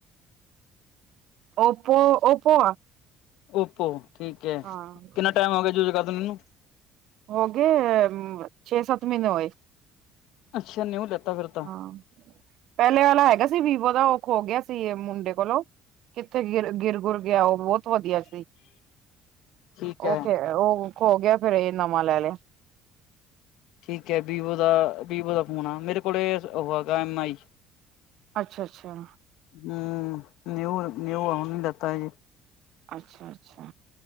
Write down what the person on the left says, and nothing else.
ਓਪੋ, ਠੀਕ ਹੈ।
ਕਿੰਨਾ ਟਾਈਮ ਹੋ ਗਿਆ ਯੂਜ ਕਰਦਿਆਂ ਨੂੰ ਇਹਨੂੰ?
ਅੱਛਾ ਨਿਊ ਲੈਤਾ ਫਿਰ ਤਾਂ
ਠੀਕ
ਹੈ
ਠੀਕ ਹੈ, ਵੀਵੋ ਦਾ ਵੀਵੋ ਦਾ ਫੋਨ ਆ, ਮੇਰੇ ਕੋਲ ਉਹ ਹੈਗਾ ਐਮ ਆਈ।
ਹਮ, ਨਊ- ਨਊ ਆ ਹੁਣੀ ਲਤਾ ਹਜੇ